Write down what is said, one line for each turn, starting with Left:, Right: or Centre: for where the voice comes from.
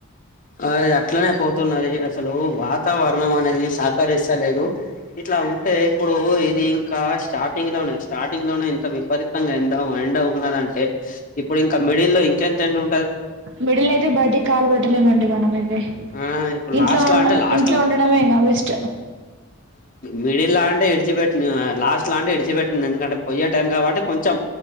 Left: ఆ అట్లనే పోతున్నది అసలు వాతావరణం అనేది సహకరిస్తలేదు. ఇట్లా ఉంటే ఇప్పుడు ఇది ఇంకా స్టార్టింగ్ లోనే, స్టార్టింగ్ లోనే ఇంత విపరీతంగా ఎండ అండ్ ట ఉన్నదంటే ఇప్పుడు ఇంకా మిడిల్లో ఇంకా ఎంత ఎండ ఉ
Right: మిడిల్ అయితే బయటికి కాలు పెట్టలేవండి మనమె అదే
Left: ఆ ఇప్పుడు
Right: ఇంట్లో
Left: లాస్ట్
Right: ఉండ
Left: లా అంటే లాస్ట్
Right: ఇంట్లో
Left: లా
Right: ఉండటమేగా బెస్ట్
Left: మిడిల్ లా అంటే విడిచిపెట్టను లాస్ట్ లా అంటే విడిచిపెట్టింది ఎందుకంటే పొయ్యే టైం కాబట్టి కొంచెం